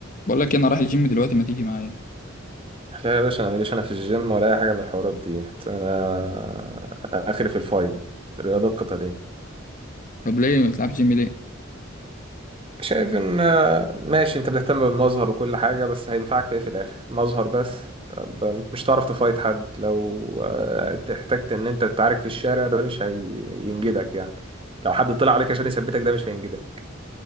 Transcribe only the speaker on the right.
لا يا باشا انا ماليش انا في الجيم ولا اي حاجه من الحوارات دي انا اخري في الفايت الرياضات القتاليه
شايف ان ماشي انت بتهتم بالمظهر وكل حاجه بس هينفعك في ايه في الاخر مظهر بس طب مش هتعرف تفايت حد لو آه، احتجت ان انت تتعارك في الشارع ده مش هينجدك يعني لو حد طلع عليك عشان يثبتك ده مش هينجدك